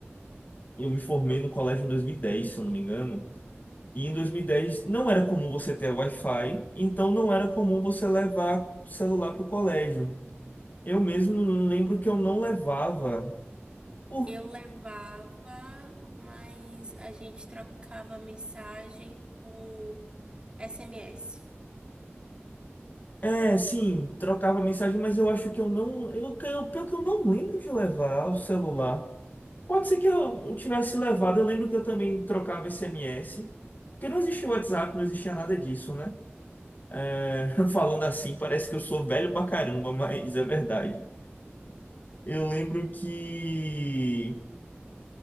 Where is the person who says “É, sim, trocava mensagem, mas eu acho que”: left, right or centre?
Left